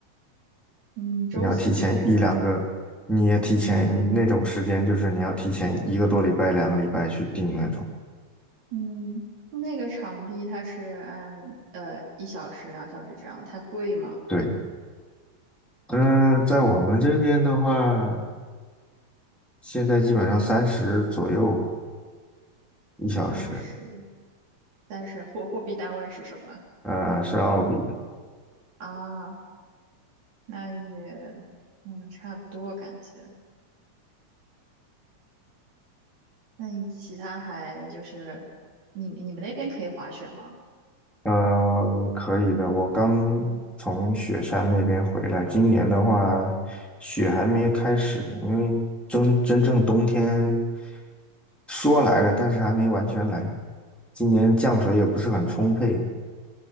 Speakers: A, on the right (about 75°); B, in the centre.
A: 嗯，周四开始啊，
B: 你要提前一两个，你也提前你那种时间，
A: 嗯，
B: 就是你要提前一个多礼拜、两个礼拜去定那种。
A: 嗯，那个场地它是按呃一小时、两小时这样，它贵吗？
B: 对，嗯，在我们这边的话，现在基本上三十左右，一小时，
A: 三十，三十货货币单位是什么
B: 呃，是奥比，
A: 啊？那也嗯差不多感觉。那你其他还就是你你们那边可以滑雪吗？
B: 呃，可以的。我刚从雪山那边回来，今年的话，雪还没开始，因为真真正冬天说来了，但是还没完全来。今年降水也不是很充沛，